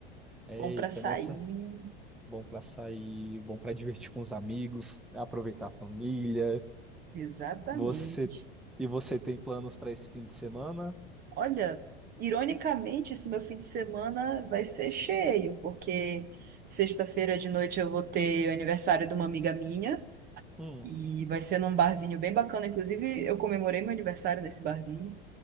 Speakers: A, on the right; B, in the centre.
A: <laughs>
B: Eita,
A: Bom pra sair,
B: nessa, bom pra sair, bom pra divertir com os amigos, aproveitar a família.
A: exatamente.
B: Você e você tem planos para esse fim de semana?
A: Olha, ironicamente, esse meu fim de semana vai ser cheio, porque sexta-feira de noite eu vou ter o aniversário de uma amiga minha
B: Hum.
A: e vai ser num barzinho bem bacana. Inclusive, eu comemorei meu aniversário nesse barzinho.